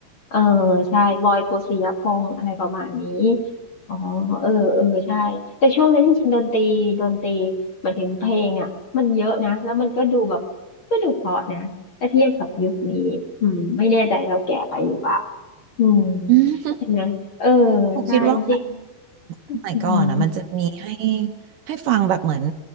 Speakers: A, on the left (about 40°); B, on the right (about 65°).
A: เออใช่บอยโกสิยพงษ์อะไรประมาณนี้อ๋อเออเออใช่แต่ช่วงนั้นจริงๆ ดนตรีดนตรีหมายถึงเพลงอ่ะมันเยอะนะ แล้วมันก็ดูแบบก็ดูเพราะนะถ้าเทียบกับยุคนี้อืมไม่แน่ใจเราแก่ไปหรือเปล่าอืม
B: อืมผม
A: ใช่ไหม เออ ใช่จริง
B: คิดว่าสมัยก่อนอ่ะมันจะมีให้
A: อืม
B: ให้ฟังแบบเหมือน